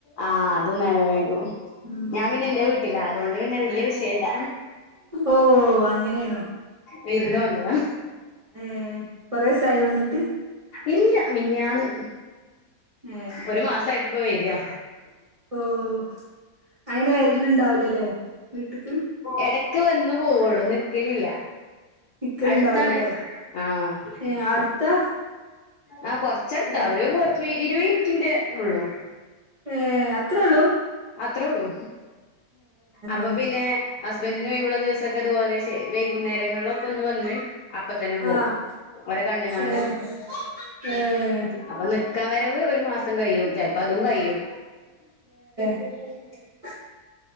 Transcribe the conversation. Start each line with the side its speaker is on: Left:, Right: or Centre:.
Left: ആഹ് അതും നേരം വൈകും
Right: ഉം
Left: ഞാൻ പിന്നെ ഇന്റെ വീട്ടിലാ അതോണ്ട് പിന്നെ വെല്ല്യ വിഷയംല്ല
Right: ഓഹ് അങ്ങനേണോ
Left: വിര്ന്ന് വന്നതാ
Right: ഉം കൊറേസായോ വന്ന്ട്ട്
Left: ഇല്ല മിഞ്ഞാന്ന്
Right: ഏ
Left: ഒര് മാസായിട്ട് ഇപ്പ വെര്യാ
Right: ഓഹ് അങ്ങനെ വെരല്ണ്ടാവൂലലേ വീട്ട്ക്ക്
Left: എടക്ക് വന്ന് പോവൊള്ളു, നിക്കലില്ല.
Right: നിക്കലുണ്ടാവൂലല്ലേ
Left: അട്ത്താണ്. ആഹ്
Right: ഏ അടുത്താ
Left: ആഹ്, കൊർച്ചട്ത്താ
Right: ഏ
Left: ഒരു പത്തി ഇരുവെത് മിൻറ്റിന്റെ ഒള്ളൂ.
Right: ഏഹ്, അത്രൊള്ളൂ?
Left: ആഹ്, അത്രൊള്ളൂ. അപ്പൊ
Right: ഏ
Left: പിന്നെ ഹസ്ബന്റ്ന് ഒഴിവ്ള്ള ദിവസൊക്കെ തുപോലെ വൈകുന്നേരങ്ങൾളൊക്കൊന്ന് വന്ന് അപ്പ തന്നെ
Right: ആഹ്
Left: പോവും. ഓരെ കണ്ട്ങ്ങാണ്ട്
Right: ഏഹ് ഏഹ്
Left: അപ്പൊ നിക്കാം വരവ് ഒരു മാസ് സം കയ്യും. ചെൽപ്പം അതും കയ്യും.
Right: <inaudible>